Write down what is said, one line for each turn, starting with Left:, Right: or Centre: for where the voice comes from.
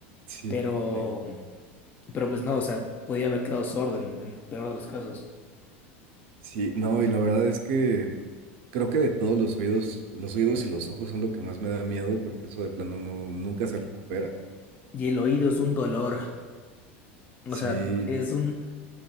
Right: Sí,
Left: pero...
Right: sí,
Left: Pero pues no, o sea, podía haber quedado sordo en, en peor de los casos.
Right: sí. No, y la verdad es que creo que de todos los oídos, los oídos y los ojos son lo que más me da miedo porque eso de plano no, nunca se recupera.
Left: Y el oído es un dolor.
Right: Sí,
Left: O sea, es
Right: Ujú.
Left: un...